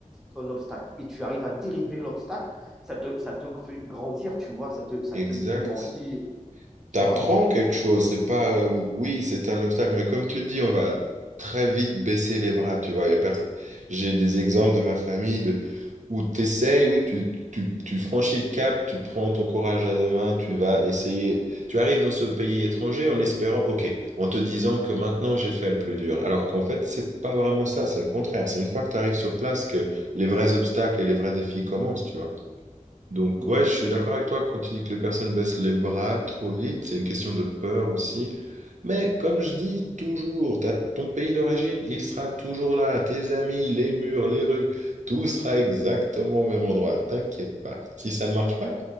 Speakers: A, in the centre; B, on the right (about 70°).
A: un, obstacle et tu arrives à dériver l'obstacle, ça te, ça te fait grandir, tu vois, ça te, ça
B: exact.
A: te fait grandir, tu
B: t'apprends
A: vois.
B: quelque chose. C'est pas, euh, oui, c'est un obstacle, mais comme tu dis, on va très vite baisser les bras, tu vois. Y a pers- J'ai des exemples de ma famille de, où tu essayes, oui, tu, tu, tu franchis le cap, tu prends ton courage à deux mains, tu vas essayer. Tu arrives dans ce pays étranger en espérant, OK, en te disant que maintenant j'ai fait le plus dur. Alors qu'en fait, c'est pas vraiment ça, c'est le contraire. C'est une fois que tu arrives sur place que les vrais obstacles et les vrais défis commencent, tu vois. Donc
A: Mmh.
B: ouais, je suis d'accord avec toi quand tu dis que les personnes baissent les bras trop vite, c'est une question de peur aussi. Mais comme je dis toujours, t'as ton pays d'origine, il sera toujours là, tes amis, les murs, les rues, tout sera exactement au même endroit, t'inquiète pas. Si ça ne marche pas,
A: Ouais,